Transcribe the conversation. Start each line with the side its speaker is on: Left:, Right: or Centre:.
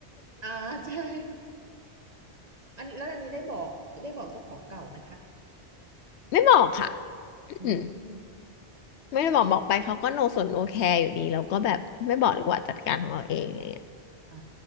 Right: อ่า <laughs> ใช่อันแล้วอันนี้ได้บอกได้บอกเจ้าของเก่าไหมคะ
Left: <laughs> ไม่บอกค่ะ
Right: อืม
Left: อืมไม่ได้บอกบอกไปเขาก็โนสนโอแคร์อยู่ดีเราก็แบบไม่บอกดีกว่าจัดการของเราเองอะไรเงี้ย
Right: อ่า